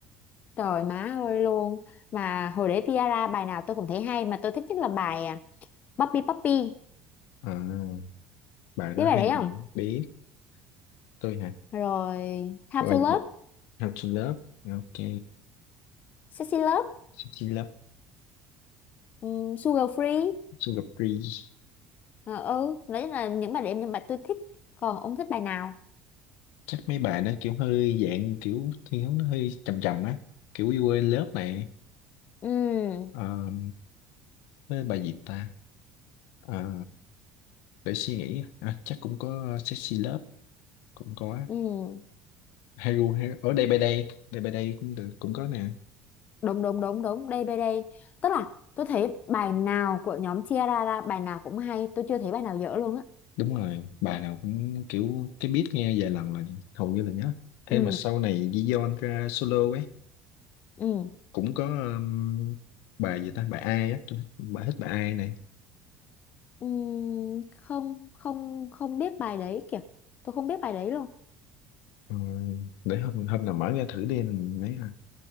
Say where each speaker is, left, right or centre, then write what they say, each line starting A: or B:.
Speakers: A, on the left; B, on the left.
A: trời má ơi luôn mà hồi để Tiara bài nào tôi cũng thấy hay mà tôi thích nhất là bài à, Puppy Puppy
B: à, bài đó
A: biết bài
B: hay
A: đấy không
B: biết tôi hả
A: rồi Time
B: bài
A: to Love
B: How to Love ok
A: Sexy Love
B: Sexy Love
A: ừm, Sugar Free
B: Sugar Free
A: ờ, ừ đấy là những bài đấy những bài tôi thích còn ông thích bài nào
B: chắc mấy bài nó kiểu hơi dạng kiểu thiên hướng nó hơi trầm trầm á kiểu We Were in Love này
A: ừ
B: Ờ, với bài gì ta Ờ, để suy nghĩ à, chắc cũng có Sexy Love cũng có
A: ừ
B: Hero, Hero ở đây by đây đây by đây cũng được cũng có nè
A: đúng đúng đúng đúng đây đây đây tức là tôi thấy bài nào của nhóm Tiara ra bài nào cũng hay tôi chưa thấy bài nào dở luôn á
B: đúng rồi bài nào cũng kiểu cái beat nghe vài lần là hầu như là nhớ thế
A: ừ
B: mà sau này Giyon ra solo ấy
A: ừ
B: cũng có um, bài gì ta bài ai á tôi thích- bài thích bài ai này
A: Ừm, không không không biết bài đấy kìa tôi không biết bài đấy luôn
B: Ờ, để hôm hôm nào mở ra thử đi mấy